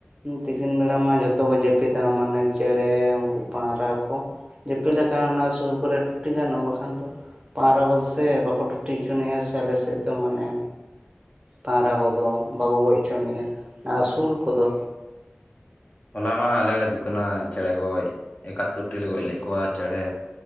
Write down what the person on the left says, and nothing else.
ᱦᱚᱞᱟ ᱢᱟ ᱟᱞᱮ ᱞᱮ ᱫᱩᱠᱟᱹᱱᱟ ᱪᱮᱬᱮ ᱜᱚᱡ ᱮᱠᱟᱛᱛᱩᱨ ᱴᱤ ᱞᱮ ᱜᱚᱡ ᱞᱮᱫ ᱠᱚᱣᱟ ᱪᱮᱬᱮ᱾